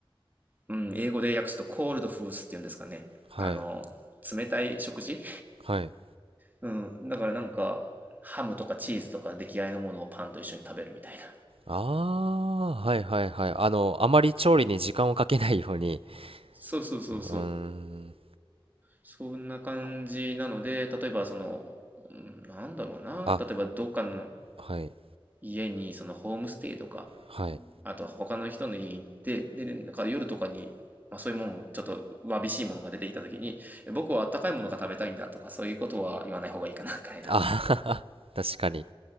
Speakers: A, on the right (about 20°); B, on the right (about 75°).
A: うん、英語で訳すとコールドフースっていうんですかね。
B: はい、
A: あの、冷たい食事
B: はい。
A: うん。だからなんか、ハムとかチーズとか出来合いのものをパンと一緒に食べるみたいな。
B: ああ、はいはいはい。あの、あまり調理に時間をかけないように。
A: そうそうそうそう。
B: うーん。
A: そんな感じなので、例えばその、うんなんだろうな。
B: あ、
A: 例えばどっかの
B: はい。
A: 家にそのホームステイとか、
B: はい。
A: あとは他の人の家に行って、で、なんか夜とかに、まあそういうもの、ちょっとわびしいものが出てきた時に、僕はあったかいものが食べたいんだとか、そういうことは言わない方がいいかな、みたいな。
B: あー、<laughs> 確かに。